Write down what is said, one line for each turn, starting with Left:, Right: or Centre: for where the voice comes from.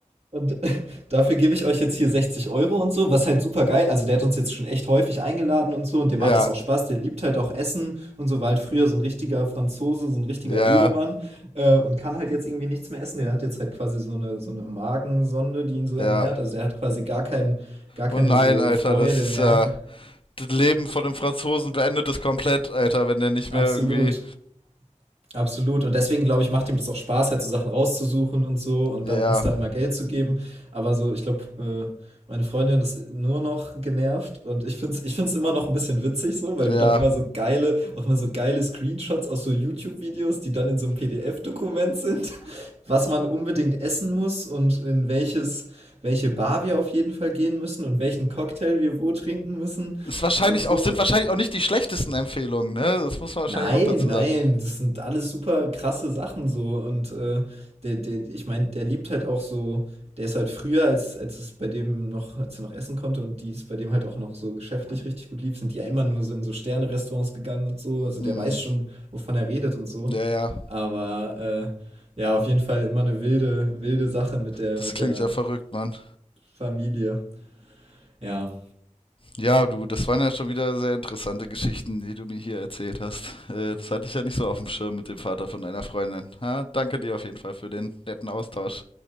Right: und <laughs> dafür gebe ich euch jetzt hier 60 Euro und so, was halt super geil. Also der hat uns jetzt schon echt häufig eingeladen und so und dem
Left: Ja.
Right: macht es auch Spaß. Der liebt halt auch Essen und so, war halt früher so ein richtiger Franzose, so ein richtiger
Left: Ja,
Right: Lebemann
Left: ja.
Right: äh, und kann halt jetzt irgendwie nichts mehr essen. Der hat jetzt halt quasi so eine, so eine Magensonde, die ihn so
Left: Ja.
Right: ernährt. Also der hat quasi gar keinen, gar keine
Left: Oh nein,
Right: so
Left: Alter,
Right: Freude
Left: das ist
Right: mehr.
Left: ja. Das Leben von einem Franzosen beendet es komplett, Alter, wenn der nicht
Right: Absolut.
Left: mehr irgendwie.
Right: Absolut. Und deswegen, glaube ich, macht ihm das auch Spaß, halt so Sachen rauszusuchen und so und
Left: Ja,
Right: dann uns da immer Geld zu geben. Aber so, ich glaube, äh, meine Freundin ist nur noch genervt und ich finde es ich find's immer noch ein bisschen witzig so, weil
Left: ja.
Right: du dann immer so geile, auch mal so geile Screenshots aus so YouTube-Videos, die dann in so einem PDF-Dokument sind, <laughs> was man unbedingt essen muss und in welches, welche Bar wir auf jeden Fall gehen müssen und welchen Cocktail wir wo trinken müssen
Left: Ist wahrscheinlich
Right: und so.
Left: auch, sind wahrscheinlich auch nicht die schlechtesten Empfehlungen, ne? Das muss man wahrscheinlich
Right: Nein,
Left: auch dazu
Right: nein,
Left: sagen.
Right: das sind alles super krasse Sachen so. Und äh, der, der, ich meine, der liebt halt auch so, der ist halt früher, als, als es bei dem noch, als er noch essen konnte und die es bei dem halt auch noch so geschäftlich richtig gut lief, sind die ja immer nur so in so Sterne-Restaurants gegangen und so. Also
Left: Hm.
Right: der weiß schon, wovon er redet und so.
Left: Ja, ja.
Right: Aber äh, ja, auf jeden Fall immer eine wilde, wilde Sache mit der,
Left: Das
Right: mit
Left: klingt
Right: der
Left: ja verrückt, Mann.
Right: Familie. Ja.
Left: Ja, du, das waren ja schon wieder sehr interessante Geschichten, die du mir hier erzählt hast. Äh, das hatte ich ja nicht so auf dem Schirm mit dem Vater von einer Freundin. Ha, danke dir auf jeden Fall für den netten Austausch.